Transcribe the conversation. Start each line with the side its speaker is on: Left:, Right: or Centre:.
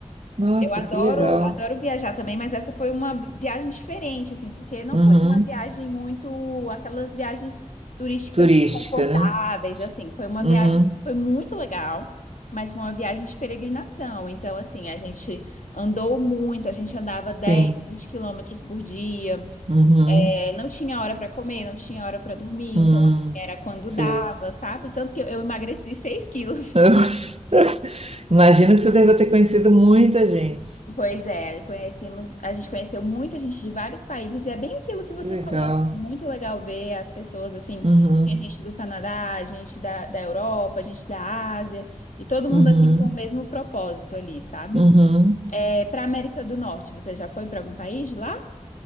Right: Nossa,
Left: Eu adoro,
Right: que legal!
Left: adoro viajar também, mas essa foi uma viagem diferente, assim, porque não
Right: Uhum.
Left: foi uma viagem muito, aquelas viagens turísticas
Right: Turística,
Left: confortáveis,
Right: né?
Left: assim, foi uma
Right: Uhum.
Left: viagem, foi muito legal, mas foi uma viagem de peregrinação, então, assim, a gente andou muito, a gente andava 10,
Right: Sim.
Left: 20 quilômetros por dia,
Right: Uhum.
Left: É, não tinha hora para comer, não tinha hora para dormir,
Right: Hum.
Left: então, assim, era quando
Right: Sei.
Left: dava, sabe? Tanto que eu eu emagreci 6 quilos.
Right: Nossa. <laughs> Imagino que você deve ter conhecido muita gente.
Left: Pois é, conhecemos, a gente conheceu muita gente de vários países, e é bem aquilo que você
Right: Que legal.
Left: falou, assim, muito legal ver as pessoas assim,
Right: Uhum.
Left: tem gente do Canadá, gente da, da Europa, gente da Ásia, e todo mundo
Right: Uhum.
Left: assim com o mesmo propósito ali, sabe?
Right: Uhum.
Left: É, para América do Norte, você já foi para algum país de lá?